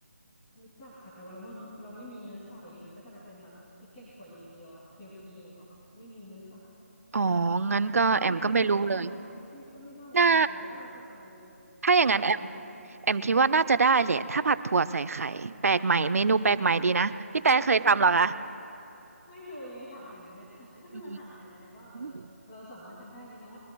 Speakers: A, on the left (about 20°); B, on the right (about 70°).
A: รู้จักค่ะแต่ว่าเราไม่เราไม่มีเนื้อใส่ไงมันก็จะกลายเป็นแบบพริกแกงถั่วอย่างเดียวอะเพียวๆแบบไม่มีเนื้อสัตว์
B: อ๋องั้นก็แอมก็ไม่รู้เลย
A: มันใส่ไข่ได้เหรือไม่ก็ไม่ได้อีกหรือว่าเราจะเอา
B: น่าถ้าอย่างนั้นแอม
A: ไข่ไปดิ
B: แอมคิดว่าน่าจะได้แหละถ้าผัดถั่วใส่ไข่แปลกใหม่เมนูแปลกใหม่ดีนะพี่แต่เคยทำเหรอคะ
A: <laughs> ไม่เคยไงถามแอมเนี่ย <laughs> เพิ่งมาถามแอมเนี่ยว่าเออเราสามารถทำได้ไหมเนาะ
B: อืม